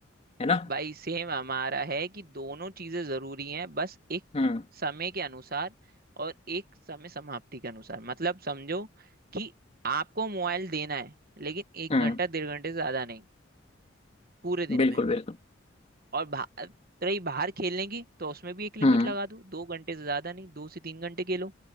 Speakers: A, on the left; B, on the right.
A: है ना
B: भाई सेम हमारा है कि दोनों चीजें जरूरी हैं बस एक
A: हम्म
B: समय के अनुसार और एक समय समाप्ति के अनुसार मतलब समझो कि आपको मोबाइल देना है लेकिन एक
A: हम्म
B: घंटा डेढ़ घंटे से ज्यादा नहीं पूरे दिन
A: बिल्कुल
B: में
A: बिल्कुल
B: और बाहर रही बाहर खेलने की तो उसमें भी एक लिमिट
A: हम्म
B: लगा दो दो घंटे से ज्यादा नहीं दो से तीन घंटे खेलो